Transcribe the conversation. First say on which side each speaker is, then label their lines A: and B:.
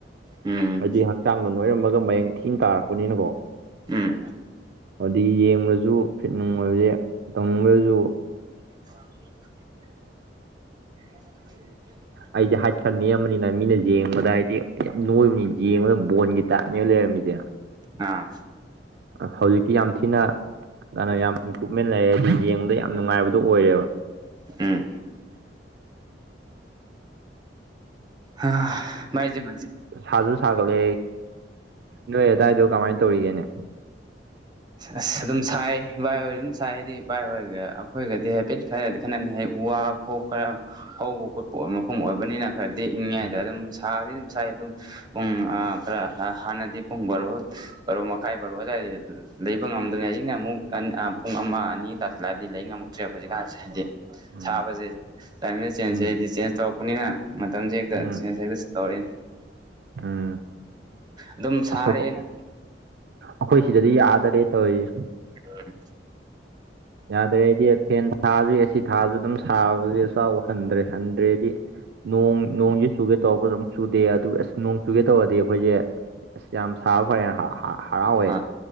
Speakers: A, on the right; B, on the right.
A: ꯎꯝ
B: ꯑꯩꯗꯤ ꯍꯥ ꯍꯛꯆꯥꯡꯗꯣ ꯅꯣꯏꯔꯝꯃꯒ ꯃꯌꯦꯡ ꯊꯤꯅ ꯇꯥꯔꯛꯄꯅꯤꯅꯀꯣ
A: ꯎꯝ
B: ꯑꯗꯨꯗꯤ ꯌꯦꯡꯕꯁꯨ ꯐꯤꯠ ꯅꯨꯡꯉꯥꯏꯕꯁꯦ ꯇꯧꯅꯤꯡꯕꯁꯨ
A: <inaudible>
B: ꯑꯩꯗꯤ ꯍꯥꯏꯠ ꯈꯔꯥ ꯅꯦꯝꯕꯅꯤꯅ ꯃꯤꯅ ꯌꯦꯡꯕꯗ ꯍꯥꯏꯗꯤ ꯌꯥꯝ ꯅꯣꯏꯕꯅꯤ ꯌꯦꯡꯕꯗ ꯕꯣꯟꯒꯤ ꯇꯥꯏꯞꯅꯦ ꯂꯩꯔꯝꯃꯤꯁꯦ
A: ꯑꯥ
B: ꯍꯧꯖꯤꯛꯇꯤ ꯌꯥꯝ ꯊꯤꯅ ꯀꯅꯣ ꯌꯥꯝ ꯏꯝꯀ꯭ꯔꯨꯞꯃꯦꯟ ꯂꯩꯔꯦ ꯍꯥꯏꯗꯤ ꯌꯦꯡꯕꯗ ꯌꯥꯝ ꯅꯨꯡꯉꯥꯏꯕꯗꯨ ꯑꯗꯨ ꯑꯣꯏꯌꯦꯕ
A: ꯎꯝ ꯑ ꯃꯥꯏꯖꯤ ꯃꯥ <unintelligible>
B: ꯁꯥꯁꯨꯨ ꯁꯥꯒꯠꯂꯦ ꯅꯣꯏ ꯑꯗꯨꯗꯥꯋꯥꯏꯗꯣ ꯀꯃꯥꯏꯅ ꯇꯧꯔꯤꯒꯦꯅꯦ
A: ꯑꯁ ꯑꯗꯨꯝ ꯁꯥꯏ ꯕꯥꯏ ꯍꯣꯏ ꯑꯗꯨꯝ ꯁꯥꯏ ꯍꯥꯏꯗꯤ ꯕꯥꯏ ꯍꯣꯏꯒ ꯑꯩꯈꯣꯏꯒꯗꯤ ꯍꯥꯏꯐꯦꯠ ꯈꯔꯗꯤ ꯈꯟꯅꯅꯤ ꯍꯥꯏ ꯋꯥ ꯍꯣꯛ ꯈꯔ ꯍꯧꯕ ꯈꯣꯠꯄ ꯃꯐꯝ ꯑꯣꯏꯕꯅꯤꯅ ꯈꯔꯗꯤ ꯏꯪꯉꯦ
B: ꯎꯝ
A: ꯑꯗꯨꯝ ꯁꯥꯗꯤ ꯑꯗꯨꯝ ꯁꯥꯏ ꯑꯗꯨ ꯄꯨꯡ ꯈꯔ ꯍꯥꯟꯅꯗꯤ ꯄꯨꯡ ꯕꯥꯔꯣ ꯕꯥꯔꯣ ꯃꯈꯥꯏ ꯕꯥꯔꯣ ꯑꯗꯥꯏꯗ ꯂꯩꯕ ꯉꯝꯗꯣꯏꯅꯦ ꯍꯧꯖꯤꯛꯅ ꯑꯃꯨꯛ ꯄꯨꯡ ꯑꯃꯥ ꯑꯅꯤ ꯇꯥꯁꯜꯂꯛꯑꯗꯤ ꯂꯩ ꯉꯝꯃ ꯈꯪꯗꯦ ꯍꯧꯖꯤꯛꯀꯟꯁꯤ ꯍꯥꯏꯗꯤ
B: ꯎꯝ
A: ꯁꯥꯕꯁꯦ ꯀ꯭ꯂꯥꯏꯃꯦꯠ ꯆꯦꯟꯖꯁꯦ
B: ꯎꯝ
A: ꯍꯥꯏꯗꯤ ꯆꯦꯟꯖ ꯇꯧꯔꯛꯄꯅꯤꯅ ꯃꯇꯝꯁꯦ ꯍꯦꯛꯇ
B: ꯎꯝ
A: ꯆꯦꯟꯠꯁ ꯍꯦꯛꯇ ꯇꯧꯔꯛꯏꯅꯦ
B: ꯎꯝ
A: ꯑꯗꯨꯝ ꯁꯥꯔꯦꯅ
B: ꯑꯁ ꯑꯩꯈꯣꯏ ꯁꯤꯗꯗꯤ ꯌꯥꯗꯔꯦ ꯇꯧꯔꯤꯁꯤ
A: ꯑ <inaudible>
B: ꯌꯥꯗ꯭ꯔꯦꯗꯤ ꯐꯦꯟ ꯊꯥꯁꯨ ꯑꯦꯁꯤ ꯊꯥꯁꯨ ꯑꯗꯨꯝ ꯁꯥꯕꯁꯦ ꯆꯥꯎ ꯍꯟꯗ꯭ꯔꯦ ꯍꯟꯗ꯭ꯔꯦꯗꯤ ꯅꯣꯡ ꯅꯣꯡꯖꯦ ꯆꯨꯒꯦ ꯇꯧꯔꯄ ꯑꯗꯨꯝ ꯆꯨꯗꯦ ꯑꯗꯨꯒ ꯑꯁ ꯅꯣꯡ ꯆꯨꯒꯦ ꯇꯧꯔꯗꯤ ꯑꯩꯈꯣꯏꯖꯦ ꯑꯁ ꯌꯥꯝ ꯁꯥꯕ ꯐꯔꯦꯅ ꯍ-ꯍ ꯍꯔꯥꯎꯌꯦ
A: ꯑꯥ